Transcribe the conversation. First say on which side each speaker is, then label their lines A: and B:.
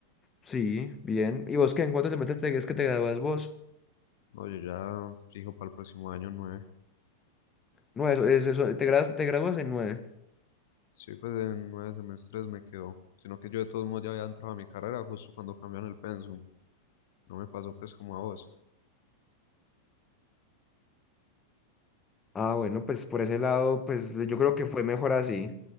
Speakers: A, on the left; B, on the left.
A: Sí, bien. ¿Y vos qué? ¿En cuántos semestres te, es que te gradúas vos?
B: No, yo ya fijo para el próximo año nueve.
A: No, eso, es eso, te gradúas, te gradúas en nueve.
B: Sí, pues en nueve semestres me quedo. Sino que yo de todos modos ya había entrado a mi carrera justo cuando cambiaron el pensum. No me pasó pues como a vos.
A: Ah, bueno, pues por ese lado, pues yo creo que fue mejor así.